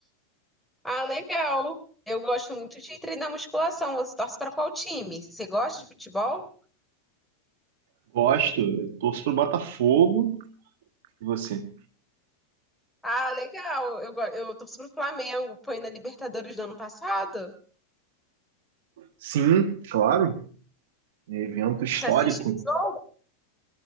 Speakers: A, in the centre; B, on the right (about 55°).
A: Ah, legal. Eu gosto muito de treinar musculação. Você torce para qual time? Você gosta de futebol?
B: Gosto, eu torço pro Botafogo. E você?
A: Ah, legal. Eu, go- eu torço pro Flamengo. Foi na Libertadores do ano passado?
B: Sim, claro, é evento histórico.
A: Você assistiu o jogo?